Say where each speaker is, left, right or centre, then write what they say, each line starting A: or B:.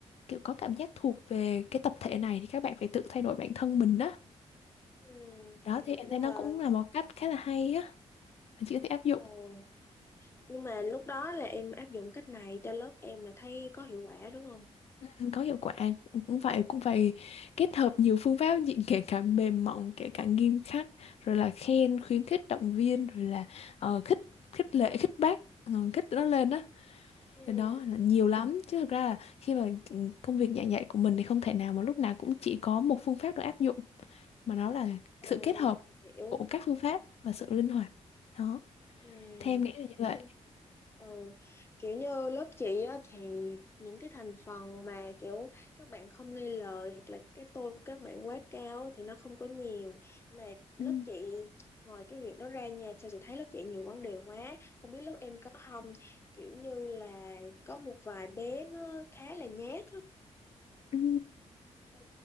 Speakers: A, on the left (about 60°); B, on the left (about 20°).
A: kiểu có cảm giác thuộc về cái tập thể này thì các bạn phải tự thay đổi bản thân mình đó
B: ừ
A: đó
B: chị hiểu
A: thì em thấy
B: rồi
A: nó cũng là một cách khá là hay á mà chị có thể áp dụng
B: ừ nhưng mà lúc đó là em áp dụng cách này cho lớp em là thấy có hiệu quả đúng không
A: Ừ, có hiệu quả cũng phải cũng phải
B: ừ
A: kết hợp nhiều phương pháp chị kể cả mềm mỏng kể cả nghiêm khắc rồi là khen khuyến khích động viên rồi là ờ, khích khích lệ khích bác ờ, khích nó lên đó
B: ừ
A: Đó, đó là nhiều lắm chứ thực ra là khi mà ừ, công việc giảng dạy của mình thì không thể nào mà lúc nào cũng chỉ có một phương pháp được áp dụng mà nó là
B: ừ
A: sự kết hợp
B: chị hiểu
A: của các phương pháp và sự linh hoạt đó
B: Ừ.
A: theo em nghĩ là như vậy
B: xong- Ừ. Kiểu như lớp chị á, thì những cái thành phần mà kiểu các bạn không nghe lời hoặc là cái tôi của các bạn quá cao á, thì nó không có nhiều mà lớp
A: Ừ,
B: chị ngoài cái việc đó ra nha sao chị thấy lớp chị nhiều vấn đề quá không biết lớp em có không kiểu như là có một vài bé nó khá là nhát lắm.
A: ừ,
B: ừ,